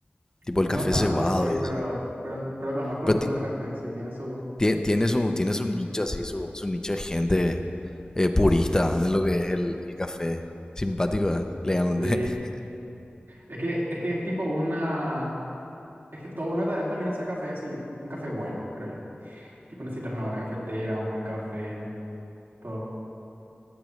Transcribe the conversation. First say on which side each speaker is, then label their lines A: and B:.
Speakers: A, on the left; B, on the right.
A: Tipo el
B: No
A: café
B: tanto,
A: cebado
B: sí,
A: y
B: pero,
A: eso.
B: pero, pero conozco
A: Pero
B: el mundo
A: ti-
B: del café, sí, tiene su...
A: tie- tiene su, tiene su nicho así, su, su nicho de gente eh, purista de lo que es el, el café. Simpático, eh, le llaman
B: Sí,
A: de- <laughs>
B: Es que, es que es tipo una... Es que toda una tarea también hacer café así, un café bueno, creo yo. Tipo necesitas una buena cafetera, un buen café, todo.